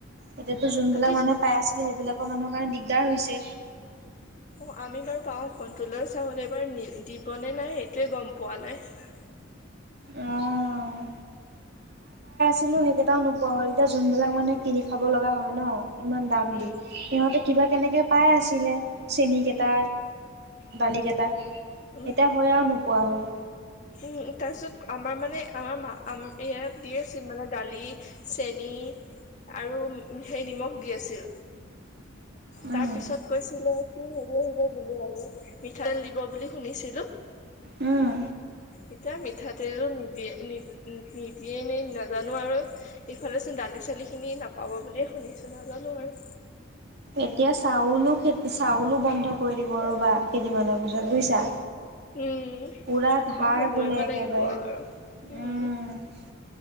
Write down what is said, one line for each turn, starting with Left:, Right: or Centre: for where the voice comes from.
Right: এতিয়াতো যোনবিলাক
Left: কাটি
Right: মানুহে পাই আছিলে সেইবিলাকৰ মানুহৰ কাৰণে দিগদাৰ হৈছে।
Left: অ আমি বাৰু পাওঁ কণ্ট্ৰলৰ চাউল এইবাৰ দিবনে নাই সেইটোৱে গম পোৱা নাই। <unintelligible>
Right: অহ। ছিলো সেইকেইটাও নোপোৱা হ'ল, এতিয়া যোনবিলাক মানুহে কিনি খাব লগা হয় নহ। ইমান দাম
Left: উম
Right: দি, সিহঁতে কিবা কেনেকৈ পাই আছিলে চেনীকেইটা।
Left: উম
Right: দালিকেইটা
Left: উম
Right: এতিয়া হৈ আৰু নোপোৱা হ'ল।
Left: উম তাৰপিছত আমাৰ মানে আমাৰ মা, আম ইয়াত দি আছিল মানে দালি। চেনী আৰু হেৰি নিমখ দি আছিল। তাৰ
Right: উম
Left: পিছত কৈছিলে, কি। আহিব বুলি আৰু মিঠাইতেল দিব বুলি শুনিছিলো।
Right: উম।
Left: এতিয়া মিঠাতেলো নিদিয়ে নি নিদিয়ে নে নাজানো আৰু। ইফালে চোন দালি চালি খিনি নাপাব বুলিয়ে শুনিছো নাজানো আৰু।
Right: এতিয়া চাউলো খে চাউলো বন্ধ কৰি দিব ৰ'বা কেইদিনমানৰ পিছত বুজিছা।
Left: উম
Right: পুৰা ধাৰ
Left: মানুহ মৰিব
Right: বোলে একেবাৰে
Left: লাগিব আৰু উম।
Right: উম